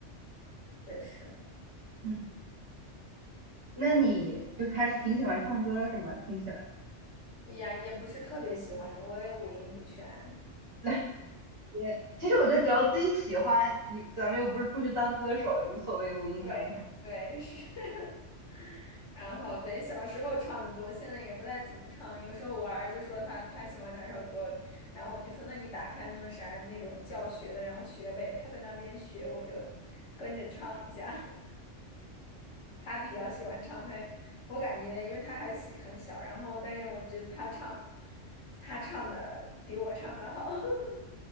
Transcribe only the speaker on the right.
嗯，那你就是还是挺喜欢唱歌是吗？
听起来，
来也其实我觉得只要自己喜欢，你咱们又不是出去当歌手，也无所谓五音全不全。